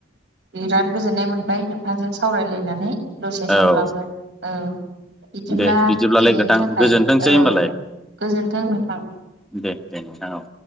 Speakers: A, on the right; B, in the centre.
A: बिराद गोजोननाय मोनबाय नोंथांजों सावरायलायनानै दसे समब्लाबो
B: औ
A: औ। बिदिब्ला
B: दे बिदिब्लालाय
A: दिनैनि
B: गोथां
A: थाखाय
B: गोजोनथोंसै
A: औ
B: होमबालाय
A: गोजोनथों नोंथां।
B: दे दे नोंथां औ।